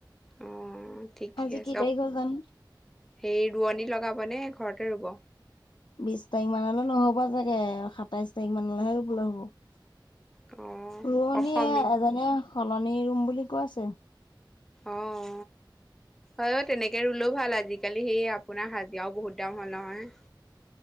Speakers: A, in the centre; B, on the left.
A: অ ঠিকে
B: আজি
A: আছেওক।
B: কি তাৰিখ হ'ল জানো
A: সেই ৰোৱনী লগাব নে ঘৰতে ৰুব।
B: বিশ তাৰিখ মানলৈ নহব চাগে সাতাইশ তাৰিখ মানলৈহে ৰুবলৈ হ'ব।
A: অ',
B: ৰোৱনীয়ে
A: অসমী
B: এজনে সলনি ৰুম বুলি কৈছে।
A: অঁ অ, অ তেনেকে ৰুলেও ভাল আজিকালি সেই আপোনাৰ হাজিৰাও বহুত দাম হ'ল নহয়।